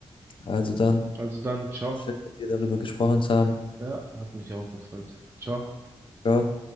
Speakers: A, on the left; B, on the right.
A: Also dann,
B: also dann, ciao.
A: schön mit dir darüber gesprochen zu haben.
B: Ja, hat mich auch gefreut. Ciao.
A: Ciao.